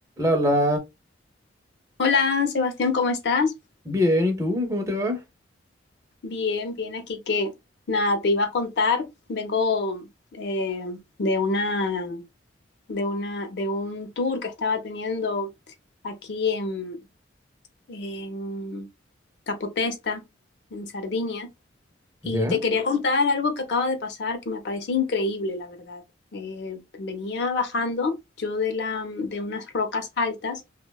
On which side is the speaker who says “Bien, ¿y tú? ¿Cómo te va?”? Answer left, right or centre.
Right